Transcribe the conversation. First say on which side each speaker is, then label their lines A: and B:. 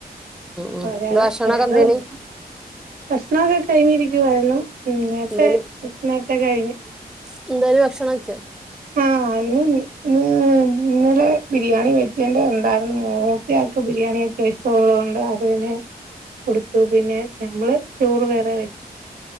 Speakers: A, in the centre; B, on the right.
A: ഉം
B: ഒരാള്
A: ഇന്ന് ഭക്ഷണൊക്കെ
B: ഒരാളെ
A: എന്തേനി
B: ഒള്ളു. ഭക്ഷണോക്കെ കഴിഞ്ഞിരിക്കുവായിരുന്നു ഉം നേരത്തെ
A: എന്തേനി
B: നേരത്തെ കഴിഞ്ഞു.
A: <unintelligible>
B: ആഹ് അയിന് ഉം ന്നലെ ബിരിയാണി വെചേന്റെ ഒണ്ടാര്ന്നു. മൂത്തയാക്ക് ബിരിയാണിയൊക്കെ ഇഷ് ട്ടൊള്ളൊണ്ട് അവന് കൊടുത്തു. പിന്നെ നമ്മള് ചോറ് വേറെ വെച്ച്.